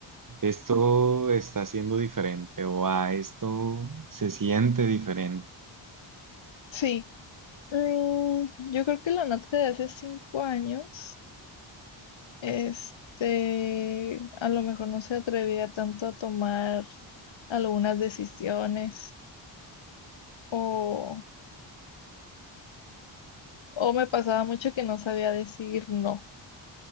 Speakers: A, on the right (about 40°); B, on the left (about 65°).
A: Esto está siendo diferente o a esto se siente diferente.
B: Sí, mm, yo creo que la Natca de hace cinco años, este, a lo mejor no se atrevía tanto a tomar algunas decisiones o... O me pasaba mucho que no sabía decir no.